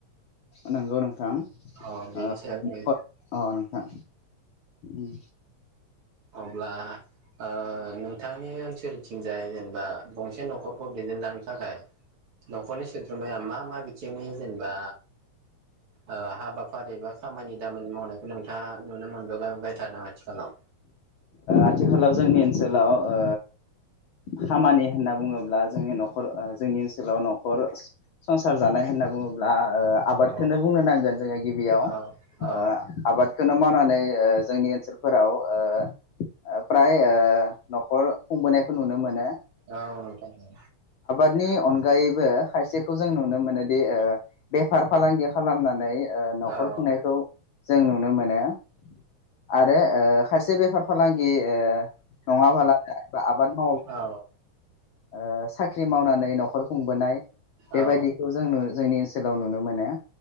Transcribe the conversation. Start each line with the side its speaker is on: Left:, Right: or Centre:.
Left: नोंगौ नोंथां <unintelligible>
Right: औ बेनि सायाव जोङो
Left: अ नोंथां उम
Right: अब्ला ओ नोंथांनि ओनसोलथिंजाय जेनेबा गंसे नखरखौ दैदेनलांनो थाखाय न'खरनि सोद्रोमाया मा मा बिथिंनि जेनेबा ओ हाबाफारि बा खामानि दामानि मावनायखौ नोंथाङा नुनो मोनबो बाय थादों आथिखालाव
Left: आथिखालाव जोंनि ओनसोलाव ओ खामानि होनना बुङोब्ला जोंनि नखर ओ जोंनि ओनसोलाव नखर संसार जानाय होनना बुङोब्ला ओ आबादखोनो
Right: औ
Left: बुंनो नांगोन जोङो गिबियाव ओ
Right: औ औ
Left: आबाद बेखौनो मावनानै ओ जोंनि ओनसोलफोराव ओ फ्राय ओ नखर खुंबोनायखौ नुनो मोनो
Right: औ नोंथां औ
Left: नि अनगायैबो खायसेखौ जों नुनो मोनोदि ओ बेफार फालांगि खालामनानै ओ नखर
Right: औ
Left: खुंनायखौ जों नुनो मोनो नो आरो ओ खायसे बेफार‌ फालांगि कि ओ नङाबाला आबाद मावो
Right: औ
Left: ओ साख्रि मावनानै नखर खुंबोनाय बेबायदिखौ
Right: औ
Left: जोंनो जोंनि ओ ओनसोलाव नुनो मोनो